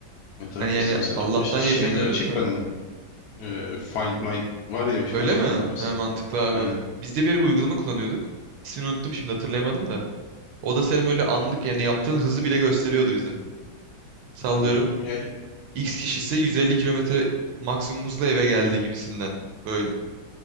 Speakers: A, on the left; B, on the right.
A: ya tabii
B: Hani yani
A: biz mesela
B: Allah'tan
A: ş- şeyde
B: yaşamıyoruz
A: açık
B: da.
A: bende. Ee, Find My var ya şu
B: Öyle
A: iPhone'da
B: mi?
A: mesela.
B: He mantıklı abi.
A: Aynen.
B: Biz de bir, bir uygulama kullanıyorduk. İsmini unuttum şimdi hatırlayamadım da. O da senin böyle anlık yani yaptığın hızı bile gösteriyordu bize. Sallıyorum.
A: Açık. Ya,
B: X kişisi 150
A: <laughs>
B: kilometre maksimum hızla eve geldi gibisinden. Böyle.